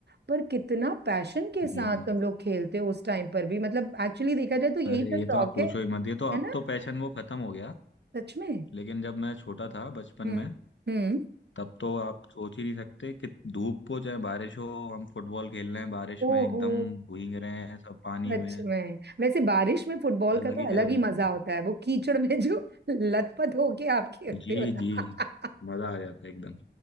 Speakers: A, on the right (about 65°); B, on the left (about 80°).
A: पर कितना पैशन के साथ
B: जी
A: तुम लोग खेलते हो उस टाइम पर भी मतलब एक्चुअली देखा जाए तो यही
B: अरे
A: तो
B: ये
A: शौक
B: तो आप पूछो
A: है
B: ही मत ये तो
A: है
B: अब
A: ना
B: तो पैशन वो खत्म हो गया
A: सच में
B: लेकिन जब मैं छोटा था बचपन
A: हम्म
B: में
A: हम्म
B: तब तो आप सोच ही नहीं सकते कि धूप हो चाहे बारिश हो हम फुटबॉल खेल रहे हैं बारिश
A: ओहो
B: में एकदम भीग रहे हैं सब पानी
A: सच
B: में
A: में वैसे बारिश में फुटबॉल
B: अलग
A: का तो
B: ही
A: अलग
B: लेवल
A: ही मजा
B: का
A: होता है वो कीचड़ में जो <laughs> लथपथ होके आप खेलते
B: जी
A: हो ना।
B: जी मजा आ जाता है एकदम